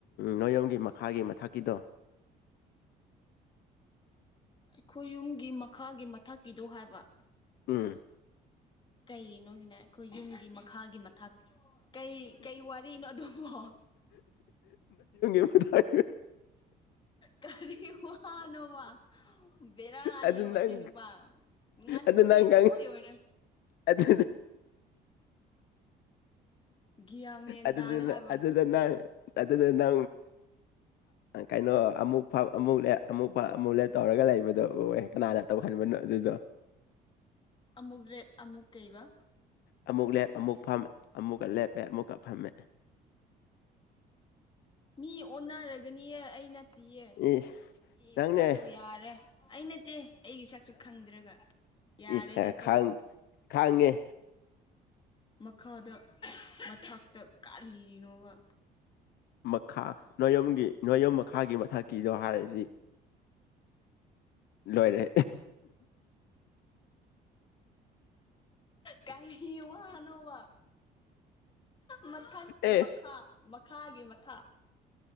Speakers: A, on the left (about 75°); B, on the left (about 30°).
A: ꯅꯣꯌꯣꯒꯤ ꯃꯈꯥꯒꯤ ꯃꯊꯛꯀꯤꯗꯣ
B: ꯑꯩꯈꯣꯏ ꯌꯨꯝꯒꯤ ꯃꯈꯥꯒꯤ ꯃꯊꯛꯀꯤꯗꯣ ꯍꯥꯏꯕ
A: ꯎꯝ
B: ꯀꯩꯅꯣꯒꯤꯅꯦ ꯑꯩꯈꯣꯏ ꯌꯨꯝꯒꯤ ꯃꯈꯥꯒꯤ ꯃꯊꯀꯤ ꯀꯩ ꯀꯩ ꯋꯥꯔꯤꯅꯣ ꯑꯗꯨꯕꯣ
A: ꯐ
B: ꯀꯔꯤ ꯋꯥꯅꯣꯕ ꯕꯦꯔꯥꯅꯤ
A: ꯑꯗꯨ
B: ꯃꯁꯤ
A: ꯅꯪ
B: ꯅꯨꯄꯥ ꯉꯅ
A: ꯑꯗꯨ
B: ꯎꯗꯤ
A: ꯅꯪ
B: ꯑꯣꯏ ꯑꯣꯏꯅ
A: ꯑꯗꯨ
B: ꯒ꯭ꯌꯥꯟ ꯃꯦꯟ
A: ꯑꯗꯨꯗꯨ
B: ꯇꯥꯗꯦ ꯍꯥꯏꯕ
A: ꯑꯗꯨꯗ ꯅ ꯑꯗ ꯅ ꯀꯩꯅꯣ ꯑꯃꯨꯛ ꯐ ꯑꯃꯨꯛ ꯂ ꯑꯃꯨꯛ ꯑꯃꯨꯛ ꯂꯦ ꯇꯧꯔꯒ ꯂꯩꯕꯗꯣ ꯑꯣꯏꯦ ꯀꯅꯥꯅ ꯇꯧꯍꯟꯕ ꯑꯗꯨ
B: ꯑꯃꯨꯛ ꯔꯦꯠ ꯑꯃꯨꯛ ꯀꯩꯕ
A: ꯑꯃꯨꯛ ꯂꯦꯞ ꯑꯃꯨꯛ ꯑꯃꯨꯛꯀ ꯂꯦꯞꯄꯦ ꯑꯃꯨꯛꯀ ꯐꯝꯃꯦꯦ
B: ꯃꯤ ꯑꯣꯟꯅꯔꯒꯅꯤꯍꯦ ꯑꯩ ꯅꯠꯇꯦꯌꯦ
A: ꯏꯁ
B: ꯑꯦ
A: ꯅꯪꯅꯦ
B: ꯆꯠꯂꯣ ꯌꯥꯔꯦ ꯑꯩ ꯅꯠꯇꯦ ꯒꯤ ꯁꯛꯁꯨ ꯈꯪꯗ꯭ꯔꯒ ꯌꯥꯔꯦꯗ
A: ꯏꯁꯦ
B: ꯇꯣꯛꯑꯣ
A: ꯈꯥꯡ ꯈꯥꯡꯉꯦ
B: ꯃꯈꯥꯗ ꯃꯊꯛꯇ ꯀꯔꯤꯅꯣꯕ
A: ꯃꯈꯥ ꯅꯣꯌꯒꯤ ꯅꯣꯌꯝ ꯃꯈꯥꯒꯤ ꯃꯊꯛꯀꯤꯗꯣ ꯍꯥꯏꯔꯗꯤ ꯂꯣꯏꯔꯦ
B: ꯀꯔꯤ ꯋꯥꯅꯣꯃ ꯃꯊꯛꯀꯤ
A: ꯑꯦ
B: ꯃꯈꯥ ꯃꯈꯥꯒꯤ ꯃꯊꯥ